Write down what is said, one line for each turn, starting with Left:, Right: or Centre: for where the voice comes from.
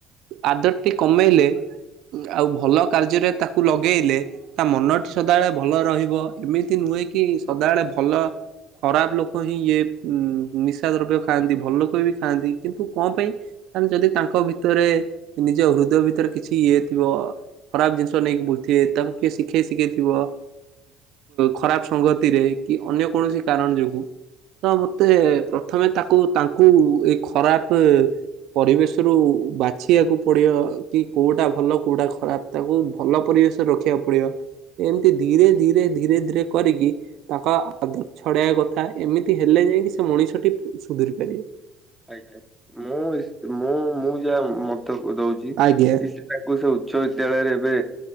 Right: ଆଦତ୍ ଟି କମେଇଲେ ଆଉ ଭଲ କାର୍ଯ୍ୟରେ ତାକୁ ଲଗେଇଲେ। ତା ମନଟି ସଦାବେଳେ ଭଲ ରହିବ ଏମିତି ନୁହେଁ କି ସଦାବେଳେ ଭଲ। ଖରାପ ଲୋକ ହିଁ ଇଏ ନିଶା ଦ୍ରବ୍ୟ ଖାଆନ୍ତି ଭଲଲୋକ ବି ଖାଆନ୍ତି କିନ୍ତୁ କଣ ପାଇଁ। ଆରେ ଯଦି ତାଙ୍କ ଭିତରେ ନିଜ ହୃଦୟ ଭିତରେ କିଛି ଇଏ ଥିବ। ଖରାପ ଜିନିଷ ନେଇକି ବୁଲୁଥିବେ ତାଙ୍କୁ କିଏ ଶିଖେଇ ଶିଖେଇଥିବ। ଖରାପ ସଂଗତିରେ କି ଅନ୍ୟ କୌଣସି କାରଣ ଯୋଗୁଁ। ତ ମତେ ପ୍ରଥମେ ତାକୁ ତାଙ୍କୁ ଏଇ ଖରାପ ପରିବେଶ୍ ସେଥିରୁ ବାଛିବାକୁ ପଡିବ କି କୋଉଟା ଭଲ କୋଉଟା ଖରାପ ତାକୁ ଭଲ ପରିବେଶ। ରଖିବାକୁ ପଡିବ ଏମିତି ଧୀରେ ଧୀରେ ଧୀରେ ଧୀରେ କରିକି। ତାଙ୍କ ଆଦତ ଛଡେଇବା କଥା ଏମିତି ହେଲେ ଯାଇକି ସେ ମଣିଷଟି ସୁଧୁରି ପାରିବେ।
Centre: ଆଜ୍ଞା ମୁଁ ମୁଁ ମୁଁ ଯାହା ମତ ଦଉଛି
Right: ଆଜ୍ଞା
Centre: କି ତାଙ୍କୁ ସେ ଉଚ୍ଚ ବିଦ୍ୟାଳୟରେ ଏବେ